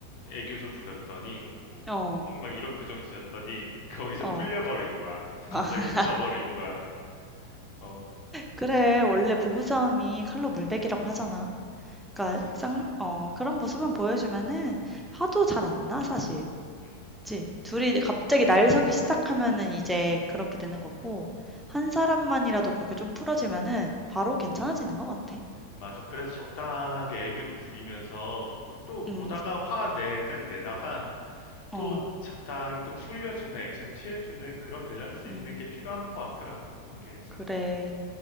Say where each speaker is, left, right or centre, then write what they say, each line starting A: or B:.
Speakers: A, on the left; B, in the centre.
A: 애교 좀 부렸더니, 음,
B: 어.
A: 막 이런 표정 지었더니, 거기서
B: 어.
A: 풀려버린 거야.
B: <laughs>
A: 갑자기 웃어버린 거야. 어,
B: 그래. 원래 부부싸움이 칼로 물베기라고 하잖아. 그러니까
A: 진짜.
B: 쌍, 어, 그런 모습만
A: 음,
B: 보여주면은 화도 잘 안 나, 사실.
A: 음.
B: 그치. 둘이 이제 갑자기 날 서기 시작하면은 이제 그렇게 되는 거고, 한 사람만이라도 그렇게 좀 풀어지면은 바로 괜찮아지는 것 같아.
A: 맞아. 그래서 적당하게 애교도 부리면서 꼭 또 보다가
B: 음,
A: 화낼 땐 내다가
B: 어,
A: 또 적당히 또 풀려주는 액션 취해주는 그런 밸런스 있는
B: 음,
A: 게 필요한 것 같더라고 관계에서.
B: 그래.